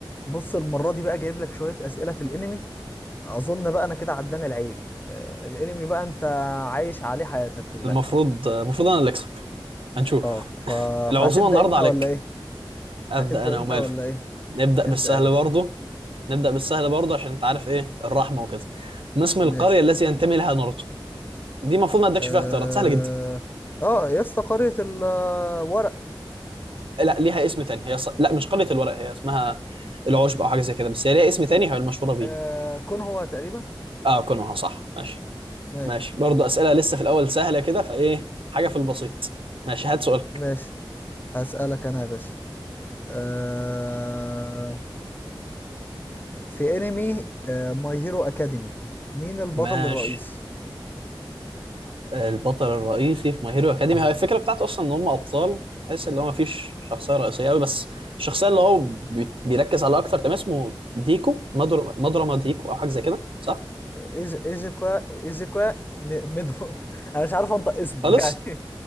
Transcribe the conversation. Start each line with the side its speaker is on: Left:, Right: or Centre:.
Left: بص المرة دي بقى جايب لك شوية أسئلة في الأنمي أظن بقى أنا كده عداني العيب آه، الأنمي بقى أنت عايش عليه حياتك كلها
Right: المفروض المفروض انا اللي اكسب هنشوف
Left: أه ف...
Right: العزومه
Left: فهتبدأ
Right: النهارده
Left: أنت
Right: عليك
Left: ولا إيه؟
Right: ابدا
Left: هتبدأ
Right: انا
Left: أنت
Right: وماله
Left: ولا إيه؟
Right: نبدا
Left: ابدأ
Right: بالسهل
Left: يا باشا
Right: برضه نبدا بالسهل برضه عشان انت عارف ايه الرحمه وكده ما اسم القريه
Left: ماشي
Right: التي ينتمي لها ناروتو دي المفروض ما ادكش
Left: أه
Right: فيها اختيارات سهله جدا
Left: أه يا اسطى قرية الورق
Right: لا ليها اسم تاني هي ص... لا مش قريه الورق هي اسمها العشب او حاجه زي كده بس هي ليها اسم تاني هي المشهوره بيه
Left: أه... كون هو تقريبا
Right: اه كونوها صح ماشي
Left: ماشي
Right: ماشي برضه اسئله لسه في الاول سهله كده فايه حاجه في البسيط ماشي هات سؤالك
Left: ماشي هسألك أنا يا باشا أه... في أنمي ماي هيرو أكاديمي مين البطل
Right: ماشي
Left: الرئيسي؟
Right: البطل الرئيسي في ماي هيرو اكاديمي هي الفكره بتاعته اصلا ان هم ابطال تحس ان هو ما فيش شخصيه رئيسيه قوي بس الشخصيه اللي هو بي- بيركز عليها اكتر تمام اسمه ديكو مدر... مدرما ديكو او حاجه زي كده صح
Left: إيز- ايزوكا ايزوكا م- ميدو <laughs> انا مش عارف انطق اسمه
Right: خالص
Left: <laughs> يعني